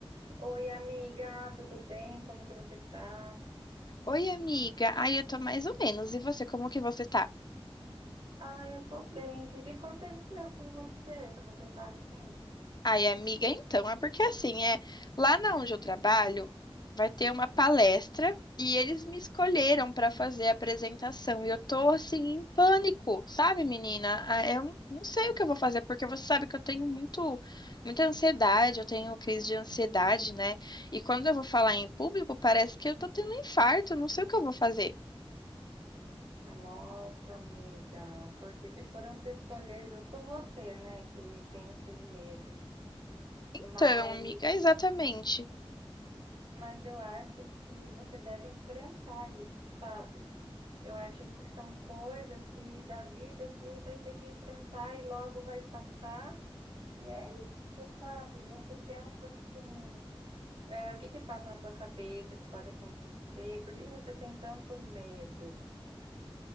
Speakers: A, on the right; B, on the left.
A: Oi, amiga, tudo bem? Como que você tá?
B: Oi, amiga. Ai, eu tô mais ou menos. E você, como que você tá?
A: Ah, eu tô bem. O que que aconteceu com você para você estar assim?
B: Ai, amiga, então, é porque assim, é, lá na onde eu trabalho, vai ter uma palestra e eles me escolheram pra fazer a apresentação e eu tô assim em pânico, sabe, menina? Ah, Eu não sei o que eu vou fazer porque você sabe que eu tenho muito muita ansiedade, eu tenho crise de ansiedade, né? E quando eu vou falar em público, parece que eu tô tendo um infarto, eu não sei o que eu vou fazer.
A: Nossa, amiga, por que que foram te escolher justo você, né, que tem esses medos?
B: Então,
A: Mas,
B: amiga, é exatamente.
A: mas eu acho que você deve enfrentar isso, sabe? Eu acho que são coisas que, da vida que vai ter que enfrentar e logo vai passar. E é isso, sabe? Você pensa assim. É, o que que passa na sua cabeça que pode acontecer? Por que que você tem tanto medo?